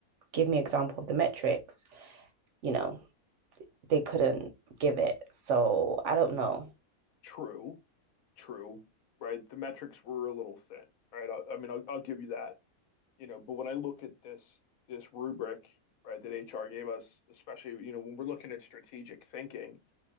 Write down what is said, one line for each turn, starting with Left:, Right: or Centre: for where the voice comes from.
Right: give me an example of the metrics, you know, they couldn't give it. So I don't know.
Left: True, true, right? The metrics were a little thin, right? I, I mean, I'll, I'll give you that. you know, but when I look at this this rubric, right, that HR gave us, especially, you know, when we're looking at strategic thinking,